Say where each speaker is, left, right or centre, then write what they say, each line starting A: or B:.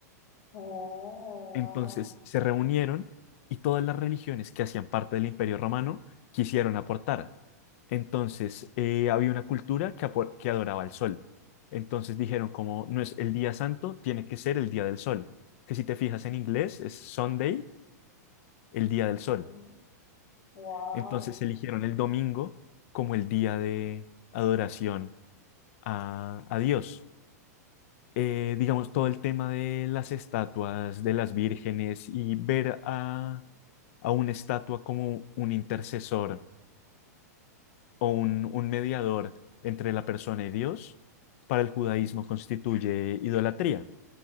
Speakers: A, on the left; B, on the left.
A: Oh,
B: Entonces se reunieron y todas las religiones que hacían parte del Imperio Romano quisieron aportar. Entonces eh, había una cultura que, apo- que adoraba el sol. Entonces dijeron como no es el día santo, tiene que ser el día del sol. Que si te fijas en inglés es Sunday, el día del sol.
A: wow. Wow,
B: Entonces eligieron el domingo como el día de adoración a, a Dios. Eh, digamos, todo el tema de las estatuas, de las vírgenes y ver a, a una estatua como un intercesor o un, un mediador entre la persona y Dios, para el judaísmo constituye idolatría,